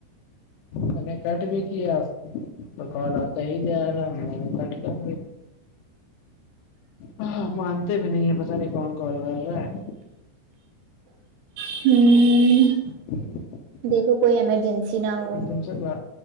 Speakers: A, on the left; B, on the right.
A: میں نے کٹ بھی کیا تو کال آتا ہی جا رہا ہے میںنے کٹ کر ہاں مانتے بھی نہیں ہے پتہ نہیں کون کال کر رہا ہے
B: ہوں
A: <inaudible>
B: دیکھو کوئی ایمرجنسی نہ ہو
A: جگہ